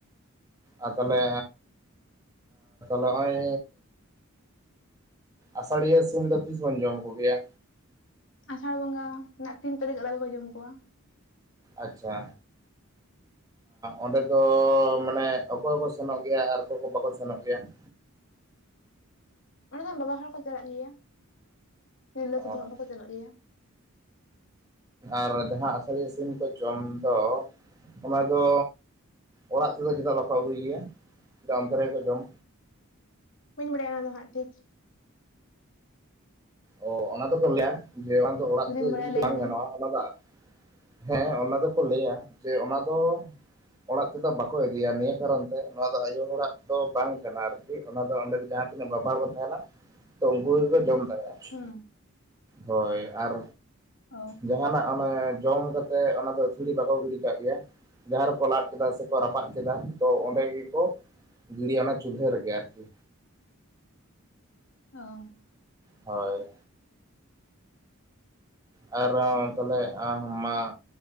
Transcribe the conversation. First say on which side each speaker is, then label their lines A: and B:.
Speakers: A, on the right (about 15°); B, on the left (about 60°).
A: ᱟᱨ ᱛᱟᱦᱞᱮ ᱱᱚᱜᱼᱚᱭ ᱟᱥᱟᱲᱤᱭᱟᱹ ᱥᱤᱢ ᱫᱚ ᱛᱤᱥ ᱵᱚᱱ ᱡᱚᱢ ᱠᱚᱜᱮᱭᱟ
B: ᱟᱥᱟᱲ ᱵᱚᱸᱜᱟ ᱨᱮᱱᱟᱜ ᱛᱤᱱ ᱛᱟᱹᱨᱤᱠᱷ ᱟᱞᱮ ᱫᱚᱠᱚ ᱡᱚᱢ ᱠᱚᱣᱟ
A: ᱟᱪᱪᱷᱟ ᱚᱸᱰᱮ ᱫᱚ ᱢᱟᱱᱮ ᱚᱠᱚᱭ ᱠᱚᱠᱚ ᱥᱮᱱᱚᱜ ᱜᱮᱭᱟ ᱟᱨ ᱚᱠᱚᱭ ᱠᱚ ᱵᱟᱠᱚ ᱥᱮᱱᱚᱜ ᱜᱮᱭᱟ <inaudible>
B: ᱚᱸᱰᱮ ᱫᱚ ᱵᱟᱵᱟ ᱦᱚᱲ ᱠᱚ ᱪᱟᱞᱟᱜ ᱜᱮᱭᱟ ᱛᱤᱨᱞᱟᱹ
A: ᱚ
B: ᱠᱚ ᱫᱚᱚᱜ ᱵᱟᱠᱚ ᱪᱟᱞᱟᱜ ᱜᱮᱭᱟ
A: ᱟᱨ ᱡᱟᱦᱟᱸ ᱟᱥᱟᱲᱤ ᱥᱤᱢ ᱠᱚ ᱡᱚᱢ ᱫᱚ ᱚᱱᱟ ᱫᱚ ᱚᱲᱟᱜ ᱛᱮᱫᱚ ᱪᱮᱫᱟᱜ ᱵᱟᱠᱚ ᱟᱹᱜᱩᱭ ᱜᱮᱭᱟᱮᱫᱟᱜ ᱚᱱᱛᱮ ᱨᱮᱜᱠᱚ ᱡᱚᱢ
B: ᱵᱟᱹᱧ ᱵᱟᱲᱟᱭᱟ ᱚᱱᱟ ᱫᱚ ᱦᱟᱸᱜ ᱴᱷᱤᱠ
A: ᱚ ᱚᱱᱟ ᱫᱚᱠᱚ ᱞᱟᱹᱭᱟ ᱡᱮ ᱚᱱᱟ ᱫᱚ ᱚᱲᱟᱜ
B: ᱡᱩᱫᱤᱢ ᱵᱟᱲᱟᱭᱟ
A: ᱤᱫᱤ ᱫᱚ
B: ᱞᱟᱹᱭ
A: ᱵᱟᱝ
B: ᱢᱮ
A: ᱜᱟᱱᱚᱜᱼᱟ ᱚᱱᱟ ᱫᱚ ᱦᱮᱸ ᱚᱱᱟ ᱫᱚᱠᱚ ᱞᱟᱹᱭᱟ ᱡᱮ ᱚᱱᱟ ᱫᱚ ᱚᱲᱟᱜ ᱛᱮᱫᱚ ᱵᱟᱠᱚ ᱤᱫᱤᱭᱟ ᱱᱤᱭᱟᱹ ᱠᱟᱨᱚᱱ ᱛᱮ ᱱᱚᱣᱟ ᱫᱚ ᱟᱭᱩ ᱦᱚᱲᱟᱜ ᱫᱚ ᱵᱟᱝ ᱠᱟᱱᱟ ᱟᱨᱠᱤ ᱚᱱᱟ ᱫᱚ ᱚᱸᱰᱮ ᱫᱚ ᱡᱟᱦᱟᱸ ᱛᱤᱱᱟᱹᱜ ᱵᱟᱵᱟ ᱵᱚᱱ ᱛᱟᱦᱮᱸᱱᱟ ᱛᱚ ᱩᱱᱠᱩᱜᱮ ᱠᱚ ᱡᱚᱢ ᱫᱟᱲᱮᱭᱟᱜᱟ
B: ᱦᱩᱸ
A: ᱦᱳᱭ ᱟᱨ
B: ᱚ
A: ᱡᱟᱦᱟᱸᱱᱟᱜ ᱚᱱᱮ ᱡᱚᱢ ᱠᱟᱛᱮᱫ ᱚᱱᱟ ᱫᱚ ᱛᱷᱩᱲᱤ ᱵᱟᱠᱚ ᱜᱤᱰᱤ ᱠᱟᱜ ᱜᱮᱭᱟ ᱡᱟᱸᱦᱟ ᱨᱮᱠᱚ ᱞᱟᱫ ᱠᱮᱫᱟ ᱥᱮᱠᱚ ᱨᱟᱯᱟᱜ ᱠᱮᱫᱟ ᱛᱚ ᱚᱱᱰᱮ ᱜᱮᱠᱚ ᱜᱤᱲᱤ ᱚᱱᱟ ᱪᱩᱞᱦᱟᱹ ᱨᱮᱜᱮ ᱟᱨᱠᱤ
B: ᱚ
A: ᱦᱳᱭ ᱟᱨᱚ ᱛᱟᱦᱞᱮ ᱢᱟ